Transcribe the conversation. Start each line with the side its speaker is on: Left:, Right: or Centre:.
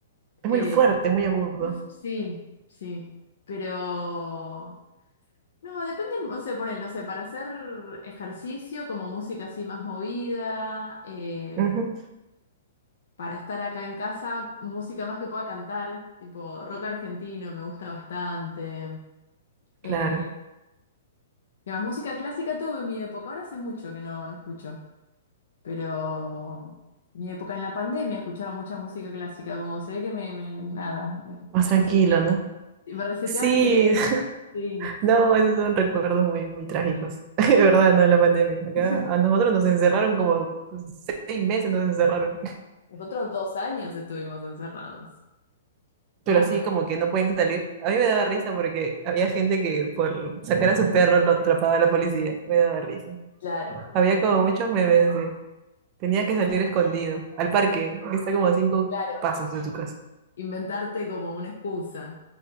Left: Eh,
Right: Es muy fuerte, muy agudo.
Left: es muy- sí, sí. Pero No, depende, o sea, por él, no sé, para hacer ejercicio, como música así más movida, eh,
Right: Ujú,
Left: para estar acá en casa, música más que pueda cantar, tipo rock argentino, me gusta bastante. Eh,
Right: Claro,
Left: ¿qué más? Música clásica tuve en mi época, ahora hace mucho que no, no escucho, pero mi época en la pandemia escuchaba mucha música clásica, como que se ve que me, me- nada, me
Right: más
Left: resetea-
Right: tranquilo, ¿no?
Left: me reseteaba
Right: Sí,
Left: el cerebro.
Right: <laughs>
Left: Sí,
Right: no, esos son recuerdos muy, muy trágicos.
Left: sí,
Right: <laughs> De verdad, no de la pandemia. Acá
Left: sí. <laughs>
Right: a nosotros nos encerraron como pues, seis meses, nos encerraron.
Left: Nosotros dos años estuvimos encerrados. No,
Right: Pero así
Left: fue
Right: como que no pueden salir. A mí me daba risa porque había gente que por sacar a su perro lo atrapaba la policía. Me daba risa.
Left: Claro,
Right: Había
Left: sí,
Right: como muchos memes así. Tenía que salir escondido al parque, que está como a cinco
Left: claro.
Right: pasos de tu casa.
Left: Inventarte como una excusa.